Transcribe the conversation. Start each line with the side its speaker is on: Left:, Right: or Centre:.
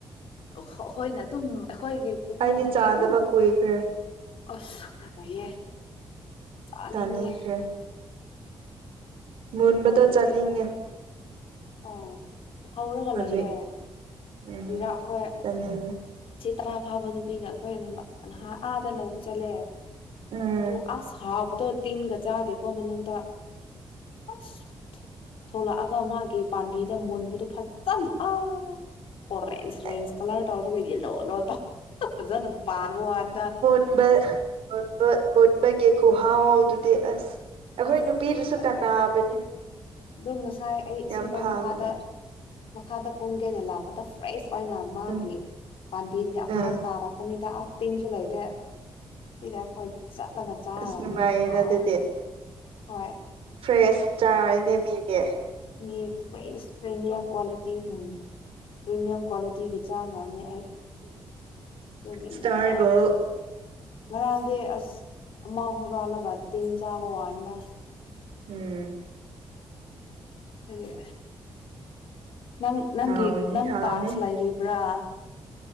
Left: ꯑꯩꯈꯣꯏꯅ ꯑꯗꯨꯝ ꯑꯩꯈꯣꯏꯒꯤ ꯄꯨꯛꯅꯤꯡꯗꯗꯤ
Right: ꯑꯩꯗꯤ ꯆꯥꯗꯕ
Left: ꯑꯗꯨꯝ
Right: ꯀꯨꯏꯈ꯭ꯔꯦ
Left: ꯑꯁ ꯂꯩꯌꯦ ꯆꯥꯅꯤꯡꯉꯦ
Right: ꯆꯥꯅꯤꯡꯈ꯭ꯔꯦ ꯃꯨꯟꯕꯗꯣ
Left: ꯍꯥꯎꯕꯗꯤ
Right: ꯆꯥꯅꯤꯡꯉꯦ
Left: ꯍꯥꯎꯗꯦ ꯑꯣ ꯍꯧꯔꯒ
Right: ꯍꯧꯖꯤꯛ
Left: ꯂꯩꯌꯦ
Right: ꯎꯝ
Left: ꯁꯤꯗ ꯑꯩꯈꯣꯏ
Right: ꯆꯥꯅꯤꯡꯉꯦ
Left: ꯁꯤ ꯇꯔꯥ ꯐꯥꯕ ꯅꯨꯄꯤꯒ ꯑꯩꯈꯣꯏ ꯑꯗꯨꯝꯍ ꯑꯥꯗ ꯂꯧꯕ ꯆꯠꯂꯦ
Right: ꯎꯝ
Left: ꯑꯗꯨ ꯑꯁ ꯍꯥꯎꯕꯗꯣ ꯇꯤꯟꯒ ꯆꯥꯗꯦꯀꯣ ꯃꯅꯨꯡꯗ ꯑꯁ ꯊꯣꯛꯂꯛꯑꯒ ꯃꯥꯒꯤ ꯄꯥꯕꯤꯗ ꯃꯨꯟꯕꯗꯨ ꯐꯖꯅ ꯑꯥ ꯑꯣꯔꯦꯟꯖ
Right: ꯎꯝ
Left: ꯔꯦꯟꯖ ꯀꯥꯂꯔ ꯇꯧꯔꯒ ꯌꯦꯂꯣ ꯂꯣ ꯇꯧꯋꯦ ꯐꯖꯅ ꯄꯥꯟꯕ ꯋꯥꯅꯤꯗ
Right: ꯃꯦꯠ ꯃꯕ <unintelligible> ꯃꯟꯕꯒꯤ ꯈꯨꯍꯥꯎꯗꯨꯗꯤ ꯑꯁ ꯑꯩꯈꯣꯏ
Left: ꯑꯁ
Right: ꯅꯨꯄꯤꯗꯨꯁꯨ
Left: ꯀꯗꯥꯏꯗꯒꯤ
Right: ꯀꯥꯟꯅꯕꯅꯤ
Left: ꯑꯗꯨꯝ ꯉꯁꯥꯏ ꯑꯩ ꯑꯁꯤꯗ
Right: ꯌꯥꯝ ꯐꯕꯅꯦ
Left: ꯃꯈꯥꯗ ꯃꯈꯥꯗ ꯀꯨꯝꯒꯦꯅ ꯂꯥꯛꯄꯗ ꯐ꯭ꯔꯦꯁ ꯑꯣꯏꯅ ꯃꯥꯒꯤ
Right: ꯎꯝ
Left: ꯄꯥꯝꯕꯤꯗꯒꯤ ꯑꯃ
Right: ꯑꯥ
Left: ꯇꯥꯔꯛꯄꯅꯤꯗ ꯑꯁ ꯇꯤꯟꯁꯨ ꯂꯩꯇꯦ ꯁꯤꯗ ꯑꯩꯈꯣꯏ ꯆꯠꯂꯒ ꯆꯥꯔꯅꯤ
Right: ꯑꯁ ꯅꯨꯡꯉꯥꯏꯌꯦꯅ
Left: ꯌꯥꯝ ꯍꯥꯎꯋꯦ
Right: ꯑꯗꯨꯗꯤ
Left: ꯍꯣꯏ
Right: ꯐ꯭ꯔꯦꯁ ꯆꯥꯔꯦꯅꯦ ꯃꯤꯗꯤ
Left: ꯃꯤ ꯄ꯭ꯔꯤꯃꯤꯌꯝ ꯀ꯭ꯋꯥꯂꯤꯇꯤ ꯎꯝ ꯄ꯭ꯔꯤꯃꯤꯌꯝ ꯀ꯭ꯋꯥꯂꯤꯇꯤꯒꯤ ꯆꯥꯒ꯭ꯔꯝꯅꯦ ꯑꯩ ꯑꯗꯨꯒꯤꯅꯤꯗ
Right: ꯁꯇꯥꯔꯒꯣ
Left: ꯉꯔꯥꯡꯗꯤ ꯑꯁ ꯑꯃ ꯍꯨꯔꯜꯂꯕ ꯇꯤꯟ ꯆꯥꯕꯩ ꯋꯥꯅꯤꯗ
Right: ꯎꯝ
Left: ꯑꯗꯨꯒꯤ ꯅꯪ ꯅꯪꯒꯤ
Right: ꯍꯥꯎꯅꯤ
Left: ꯅꯪ
Right: ꯍꯥꯎꯅꯤ
Left: ꯇꯥꯛꯁ ꯂꯩꯔꯤꯕ꯭ꯔꯥ